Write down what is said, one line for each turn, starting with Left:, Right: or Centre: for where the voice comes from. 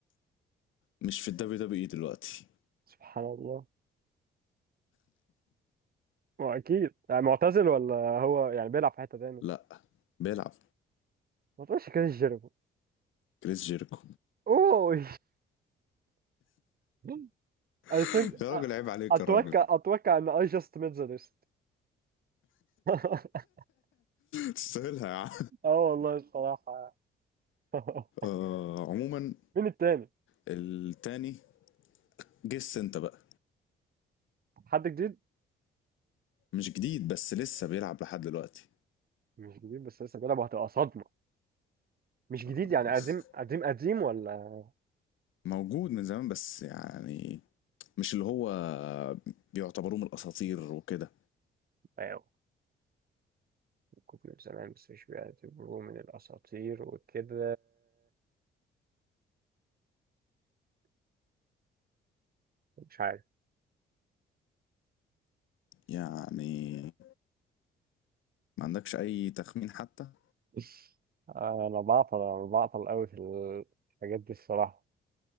Left: مش في الدبليو دبليو اي دلوقتي
Right: سبحان الله ما هو اكيد يعني معتزل ولا هو يعني بيلعب في حته تاني
Left: لا بيلعب
Right: ما تقولش كده جيربو
Left: كريس جيركو
Right: اوه <laughs> I
Left: <laughs>
Right: think
Left: يا راجل عيب عليك
Right: اتوقع
Left: يا راجل
Right: اتوقع ان I just made the list <laughs>
Left: تستاهلها يا عم
Right: اه والله الصراحه <laughs>
Left: آه، عموما
Right: مين التاني
Left: التاني جس انت بقى
Right: حد جديد
Left: مش جديد بس لسه بيلعب لحد دلوقتي
Right: مش جديد بس لسه بيلعب وهتبقى صدمه مش جديد
Left: <laughs>
Right: يعني قديم قديم قديم ولا
Left: موجود من زمان بس يعني مش اللي هو بيعتبروه من الاساطير وكده
Right: ايوه ممكن من زمان بس مش بيعتبروه من الاساطير وكده مش عارف
Left: يعني ما عندكش اي تخمين حتى
Right: <laughs> انا بعطل انا بعطل قوي في الحاجات دي الصراحه